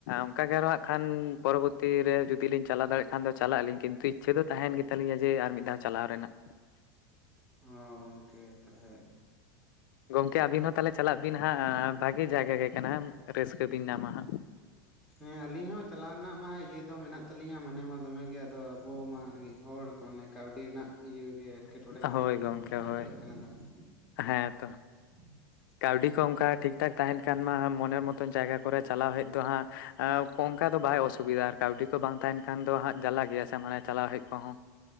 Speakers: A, on the left; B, in the centre.
A: ᱚᱱᱠᱟ ᱜᱮ ᱟᱨᱚ ᱦᱟᱜ ᱠᱷᱟᱱ ᱯᱚᱨᱚᱵᱚᱨᱛᱤ ᱨᱮ ᱡᱩᱫᱤ ᱞᱤᱧ ᱪᱟᱞᱟᱣ ᱫᱟᱲᱭᱟᱜ ᱠᱷᱟᱱ ᱫᱚ ᱪᱟᱞᱟᱜ ᱟᱞᱤᱧ ᱠᱤᱱᱛᱩ ᱤᱪᱷᱟᱹ ᱫᱚ ᱛᱟᱦᱮᱸᱭᱮᱱ ᱜᱮ ᱛᱟᱹᱞᱤᱧᱟ ᱡᱮ ᱟᱨ ᱢᱤᱫ ᱫᱷᱟᱣ ᱪᱟᱞᱟᱣ ᱨᱮᱱᱟᱜ᱾
B: ᱦᱳ ᱜᱚᱢᱠᱮ ᱛᱟᱞᱦᱮ
A: ᱜᱚᱝᱠᱮ ᱟᱵᱤᱱ ᱦᱚᱸ ᱛᱟᱞᱦᱮ ᱪᱟᱞᱟᱜ ᱵᱤᱱ ᱦᱟᱸᱜ ᱟ ᱵᱷᱟᱜᱮ ᱡᱟᱭᱜᱟ ᱜᱮ ᱠᱟᱱᱟ ᱦᱟᱸᱜ, ᱨᱟᱹᱥᱠᱟᱹ ᱵᱤᱱ ᱧᱟᱢᱟ ᱦᱟᱸᱜ᱾
B: ᱦᱮᱸ ᱟᱞᱤᱧ ᱦᱚᱸ ᱪᱟᱞᱟᱜ ᱨᱮᱱᱟᱜ ᱢᱟ ᱤᱭᱟᱹ ᱫᱚ ᱢᱮᱱᱟᱜ ᱛᱟᱹᱟᱞᱤᱧᱟᱹ ᱢᱚᱱᱮ ᱢᱟ ᱫᱚᱢᱮ ᱜᱮ ᱟᱫᱚ ᱟᱵᱚ ᱢᱟ ᱨᱮᱸᱜᱮᱡ ᱦᱚᱲ ᱠᱚ ᱢᱟᱱᱮ ᱠᱟᱹᱣᱰᱤ ᱨᱮᱱᱟᱜ ᱤᱭᱟᱹ ᱜᱮ ᱮᱴᱠᱮᱴᱚᱬᱮ
A: ᱦᱟᱸᱜ
B: ᱠᱷᱟᱹᱛᱤᱨ
A: ᱦᱳᱭ
B: ᱜᱮ ᱵᱟᱵᱚᱱ
A: ᱜᱚᱝᱠᱮ
B: ᱪᱟᱞᱟᱣ
A: ᱦᱳᱭ
B: ᱫᱟᱲᱮᱭᱟᱜ ᱠᱟᱱᱟ ᱫᱟᱬᱟᱱ᱾
A: ᱦᱮᱸ ᱛᱚ᱾
B: <inaudible>
A: ᱠᱟᱹᱣᱰᱤ ᱠᱚ ᱚᱝᱠᱟ ᱴᱷᱤᱠ ᱴᱷᱟᱠ ᱛᱟᱦᱮᱱ ᱠᱷᱟᱱ ᱢᱟ ᱢᱚᱱᱮᱨ ᱢᱚᱛᱚᱱ ᱡᱟᱭᱜᱟ ᱠᱚᱨᱮ ᱪᱟᱞᱟᱣ ᱦᱮᱡ ᱫᱚ ᱦᱟᱸᱜ ᱮᱸ ᱚᱝᱠᱟ ᱫᱚ ᱵᱟᱭ ᱚᱥᱩᱵᱤᱫᱟ ᱟᱨ ᱠᱟᱹᱣᱰᱤ ᱠᱚ ᱵᱟᱝ ᱛᱟᱦᱮᱱ ᱠᱷᱟᱱ ᱫᱚ ᱦᱟᱸᱜ ᱡᱟᱞᱟ ᱜᱮᱭᱟ ᱥᱮ ᱢᱟᱱᱮ ᱪᱟᱞᱟᱣ ᱦᱮᱡ ᱠᱚᱦᱚᱸ᱾